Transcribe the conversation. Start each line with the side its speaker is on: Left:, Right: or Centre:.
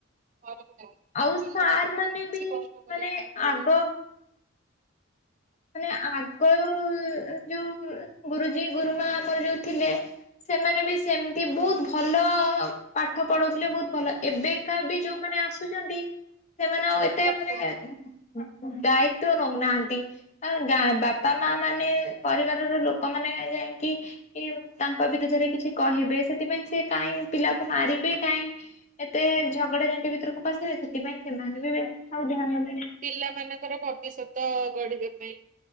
Right: <inaudible> ତା
Left: ଆଉ
Right: ପିଲାମାନଙ୍କୁ
Left: ସାର୍ ମାନେ
Right: ବି କିଛି କଷ୍ଟ
Left: ମାନେ
Right: କରିବା ପାଇଁ ପଡୁନି।
Left: ଆଗ ମାନେ ଆଗରୁ ଯୋଉ ଗୁରୁଜୀ ଗୁରୁମା ଆମର ଯୋଉ ଥିଲେ ସେମାନେ ବି ସେମିତି ବହୁତ ଭଲ ପାଠ ପଢଉଥିଲେ ବହୁତ ଭଲ ଏବେ ଅବିକା ବି ଯୋଉମାନେ ଆସୁଛନ୍ତି ସେମାନେ ଆଉ ଏ
Right: ଠକ।
Left: ଦାୟିତ୍ୱ ନଉନାହାଁନ୍ତି। କଣ ଗାଁ ବାପା ମାଆ ମାନେ ପରିବାର ର ଲୋକମାନେ ଯାଇଁକି କି ତାଙ୍କ ବିରୁଦ୍ଧରେ କିଛି କହିବେ ସେଥିପାଇଁ ସେ କାଇଁ ପିଲାକୁ ମାରିବେ କାଇଁ ଏତେ ଝଗଡା ଝାଣ୍ଟି ଭିତରକୁ ପଶିବେ ସେଥିପାଇଁ ସେମାନେ ବି ବେଶୀ ଆଉ ଧ୍ୟାନ ଦେଉ ନାହାନ୍ତି।
Right: ପିଲା ମାନଙ୍କର ଭବିଷ୍ୟତ ଗଢିବା ପାଇଁ